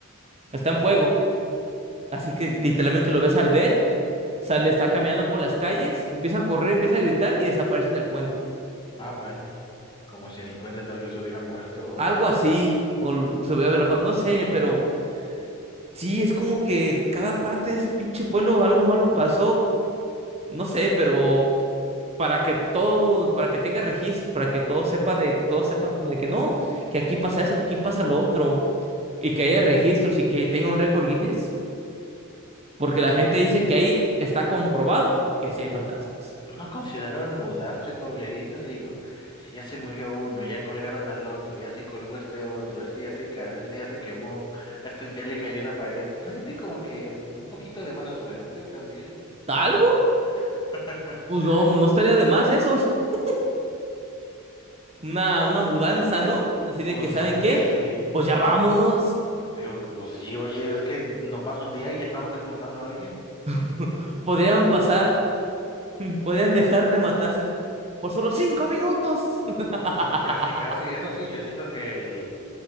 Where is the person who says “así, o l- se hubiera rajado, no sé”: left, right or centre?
Right